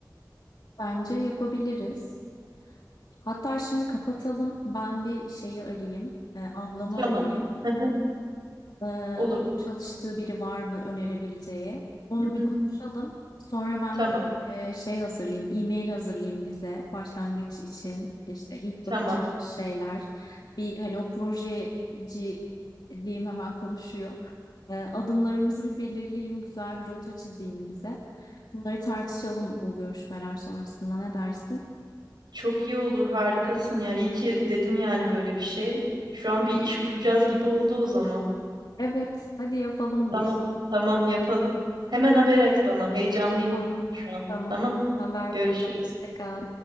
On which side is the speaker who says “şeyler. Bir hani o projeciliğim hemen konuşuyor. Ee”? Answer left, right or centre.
Left